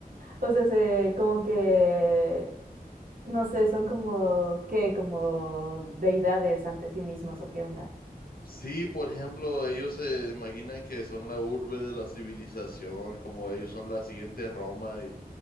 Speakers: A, on the right (about 65°); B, on the left (about 70°).
A: O sea, se, como que, no sé, son como, ¿qué? Como deidades ante sí mismos, ¿o qué onda?
B: Sí, por ejemplo, ellos se imaginan que son la urbe de la civilización, como ellos son la siguiente Roma y